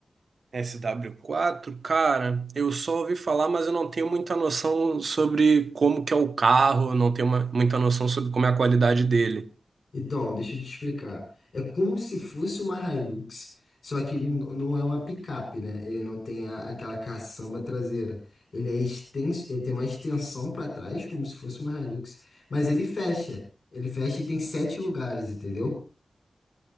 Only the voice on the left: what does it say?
Então, deixa eu te explicar. É como se fosse uma Hilux, só que ele n- não é uma picape, né? Ele não tem a- aquela caçamba traseira. Ele é extenso, ele tem uma extensão para trás, como se fosse uma Hilux, mas ele fecha. Ele fecha e tem sete lugares, entendeu?